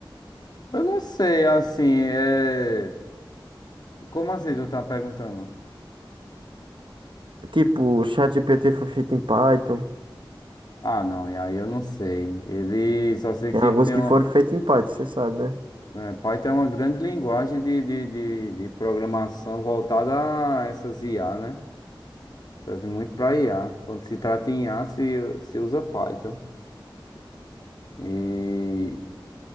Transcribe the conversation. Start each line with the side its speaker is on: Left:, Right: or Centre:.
Left: Eu não sei, assim, é. Como assim tu tá perguntando?
Right: Tipo, o ChatGPT foi feito em Python.
Left: Ah, não, e aí eu não sei. Ele só sei
Right: Tem
Left: que
Right: alguns
Left: ele tem
Right: que
Left: um.
Right: foram feitos em Python, você sabe, né?
Left: É, Python é uma grande linguagem de, de, de, de programação voltada a essas IA, né? Serve muito para IA. Quando se trata em IA, se, se usa Python. E